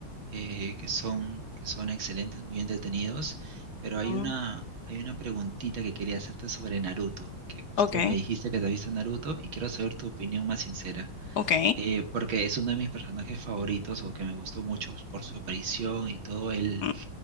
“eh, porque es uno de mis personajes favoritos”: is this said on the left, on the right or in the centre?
Right